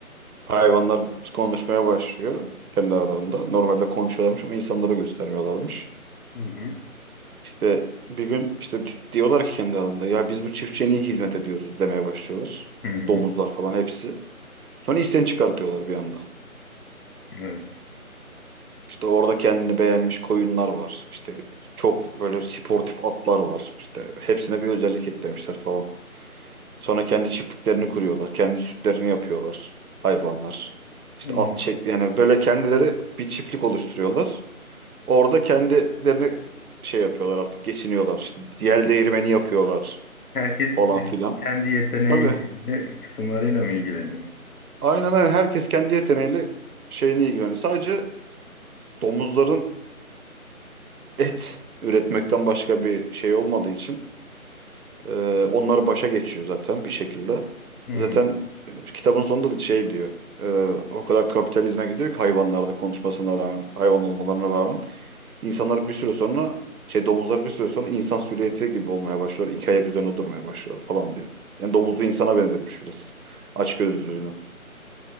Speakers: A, on the right (about 80°); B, on the left (about 80°).
A: Hayvanlar konuşmaya başlıyor kendi aralarında. Normalde konuşuyorlarmış ama insanlara göstermiyorlarmış.
B: Hı hı.
A: İşte bir gün işte di- diyorlar ki kendi aralarında ya biz bu çiftçiye niye hizmet ediyoruz demeye başlıyorlar.
B: Hı hı.
A: Domuzlar falan hepsi. Sonra isyan çıkartıyorlar bir anda.
B: Evet.
A: İşte orada kendini beğenmiş koyunlar var. İşte çok böyle sportif atlar var. İşte hepsine bir özellik eklemişler falan. Sonra kendi çiftliklerini kuruyorlar. Kendi sütlerini yapıyorlar hayvanlar. İşte
B: Hmm.
A: at çek yani böyle kendileri bir çiftlik oluşturuyorlar. Orada kendilerini şey yapıyorlar artık geçiniyorlar işte yel değirmeni yapıyorlar
B: Herkes
A: falan
B: eh,
A: filan.
B: kendi yeteneğiyle
A: Tabii
B: ilgili kısımlarıyla mı ilgileniyor?
A: aynen aynen herkes kendi yeteneğiyle şeyini ilgileniyor. Sadece domuzların e, et üretmekten başka bir şey olmadığı için e, onları başa geçiyor zaten bir şekilde.
B: Hmm.
A: Zaten e, kitabın sonunda da şey diyor e, o kadar kapitalizme gidiyor ki hayvanlarda konuşmasına rağmen hayvan olmalarına rağmen İnsanlar bir süre sonra şey domuzlar bir süre sonra insan silüeti gibi olmaya başlıyor, İki ayak üzerine durmaya başlıyorlar falan diyor. Yani domuzu insana benzetmiş biraz. Aç gözlülüğünü.